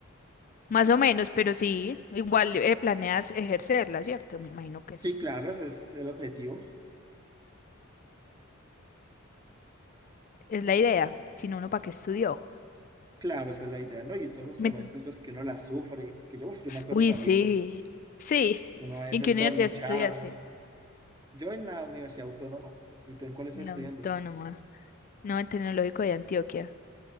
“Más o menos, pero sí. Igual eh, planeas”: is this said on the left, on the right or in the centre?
Left